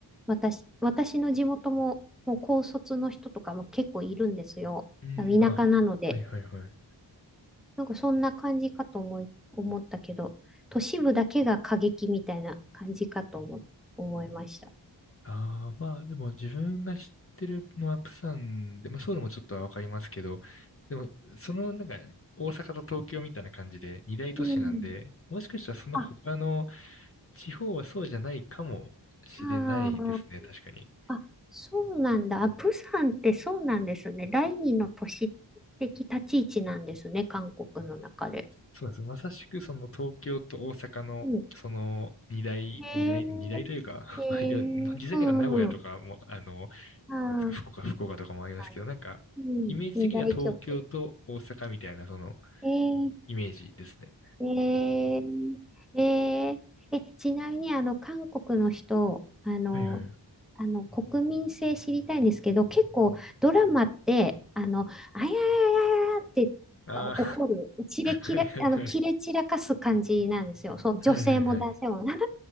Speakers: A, in the centre; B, on the left (about 30°).
A: 私、私の地元も、もう高卒の人とかも結構いるんですよ。
B: うん、
A: あの田舎なので。
B: あ、はいはいはい。
A: なんかそんな感じかと思い、思ったけど、都市部だけが過激みたいな感じかと思、思いました。
B: ああ、まあでも自分が知ってるのはプサンで、まあソウルもちょっとはわかりますけど、でもそのなんか大阪と東京みたいな感じで二大都市なんで、
A: うん。
B: もしかしたらその他の
A: あ、
B: 地方はそうじゃないかもしれないですね、
A: ああ。
B: 確かに。
A: あ、そうなんだ。あ、プサンってそうなんですね。第二の都市的立ち位置なんですね、韓国の中で。
B: そうなんです。まさしくその東京と大阪のその二大、
A: うん。へえ、
B: 二大、二大というか、
A: へ
B: <laughs> まあいろいろ、実際なんか名古屋とかも、
A: え、うん、うん。
B: あの、
A: ああ、
B: なんですか、福岡、福岡とかもありますけど、
A: 確か
B: なんかイメージ的には東京と大阪みたいなその
A: に。うん、二大拠点。ええ
B: イメージですね。
A: えー、えー、え、ちなみに、あの、韓国の人、あの、
B: はいはい。
A: あの、国民性知りたいんですけど、結構ドラマって、あの、あややややってあ怒る、
B: ああ、
A: 切れ切れ、
B: <laughs> はいはいはい。
A: あの、切れ散らかす感じなんですよ。そう、
B: はいはいはい。
A: 女性も男性も、なら